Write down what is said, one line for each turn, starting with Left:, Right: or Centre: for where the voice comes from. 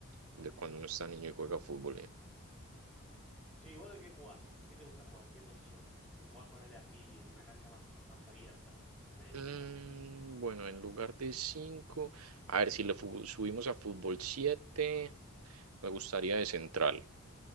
Right: de cuando uno está niño y juega fútbol, ¿eh?
Centre: Che, ¿y vos de qué jugás? ¿De qué te gusta jugar? ¿En qué posición? Si jugás, ponerle así en una cancha más, más abierta, en vez de
Right: Mm,
Centre: cinco,
Right: bueno, en lugar de 5, a ver si le fu- subimos a fútbol 7. me gustaría de central.